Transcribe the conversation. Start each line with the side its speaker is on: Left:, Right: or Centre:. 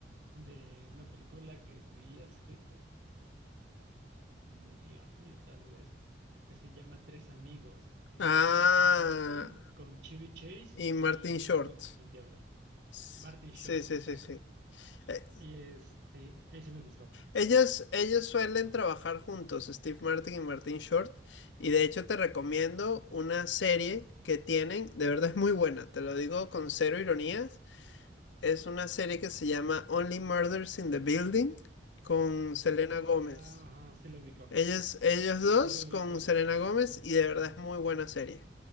Right: de una película que vi hace como medio año tal vez, que se llama Tres Amigos, eh,
Left: Ah,
Right: que es con Steve Martin, con Chevy Chase
Left: y
Right: y
Left: Martin
Right: no
Left: Short.
Right: me acuerdo con quién diablos.
Left: S-
Right: Martin Short,
Left: Sí, sí,
Right: exacto.
Left: sí, sí. Eh,
Right: Y este, ese me gustó.
Left: ellos, ellos suelen trabajar juntos, Steve Martin y Martin Short. Y de hecho te recomiendo una serie que tienen, de verdad es muy buena, te lo digo con cero ironías.
Right: Ajá,
Left: Es una serie que se llama Only Murders in the Building con Selena Gómez.
Right: ajá, sí lo ubico.
Left: Ellos, ellos dos
Right: Sí lo ubico.
Left: con Selena Gómez y de verdad es muy buena serie.